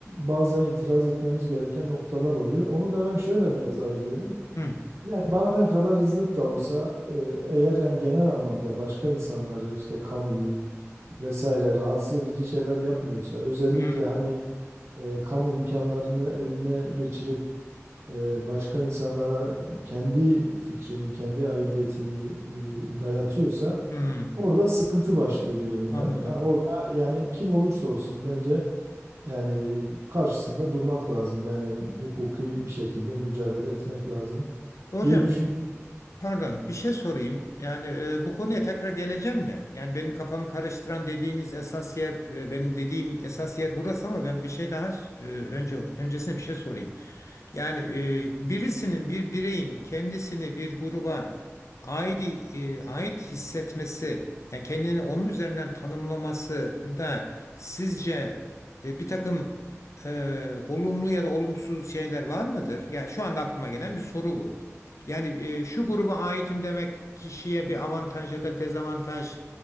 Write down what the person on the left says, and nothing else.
Hı,
hı,
hı.
Anladım.
Hocam,
pardon, bir şey sorayım. Yani e, bu konuya tekrar geleceğim de. Yani benim kafamı karıştıran dediğiniz esas yer, e, benim dediğim esas yer burası ama ben bir şey daha e, önce öncesine bir şey sorayım. Yani e, birisinin bir bireyin kendisini bir gruba ait e, ait hissetmesi, yani kendini onun üzerinden tanımlamasında sizce e, bir takım e, olumlu ya da olumsuz şeyler var mıdır? Yani şu anda aklıma gelen bir soru bu. Yani e, şu gruba aitim demek kişiye bir avantaj ya da dezavantaj,